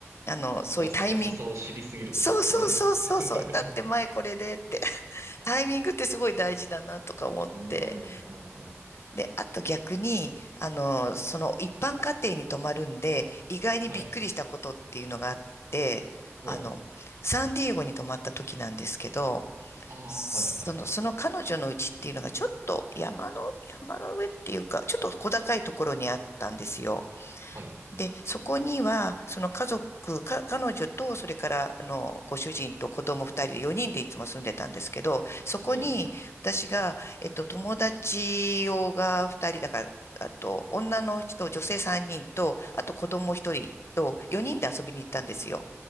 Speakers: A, on the left; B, on the right.
A: あの、そういうタイミン
B: 安、安さを知りすぎるとそうですね。
A: そうそうそうそうそう。
B: <laughs>
A: だって前これでって。<laughs> タイミングってすごい大事だなとか思って。
B: うん、うん、うん。
A: で、あと逆に、あの、その一般家庭に泊まるんで、意外にびっくりしたことっていうのがあって、
B: はい。はい。
A: あの、サンディエゴに泊まった時なんですけど、
B: ああ、
A: その、
B: はい、はい、はい、
A: その彼女の家っていうのがちょっと山の、
B: はい。
A: 山の上っていうか、ちょっと小高いところにあったんですよ。
B: はい。
A: で、そこには、その家族、か、彼女と、それから、あの、ご主人と子供二人で、四人でいつも住んでたんですけど、そこに、
B: ええ。
A: 私が、えっと、友達をが二人、だから、あと、女の人、女性三人と、あと子供一人と、四人で遊びに行ったんですよ。